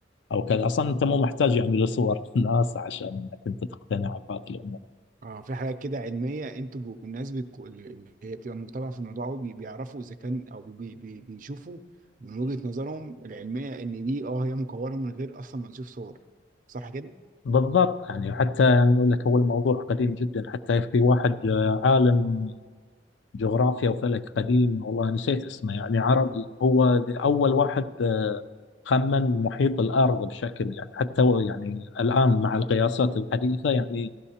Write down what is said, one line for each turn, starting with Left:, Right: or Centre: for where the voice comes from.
Left: أو كذا أصلا أنت مو محتاج يعني لصور <laughs> ناسا عشان أنك أنت تقتنع بهذه الأمور
Right: اه في حاجات كده علمية انتوا جو- الناس بتكو- اللي هي بتبقى متابعة في الموضوع أوي بي- بيعرفوا اذا كان او بي بي بيشوفوا من وجهة نظرهم العلمية ان دي اه هي مكورة من غير اصلا ما نشوف صور صح كده
Left: بالضبط يعني وحتى أقول لك هو الموضوع قديم جدا حتى في واحد آه، عالم جغرافيا وفلك قديم والله نسيت اسمه يعني عربي هو ذي- أول واحد آه، خمن محيط الأرض بشكل يعني حتى هو يعني الآن مع القياسات الحديثة يعني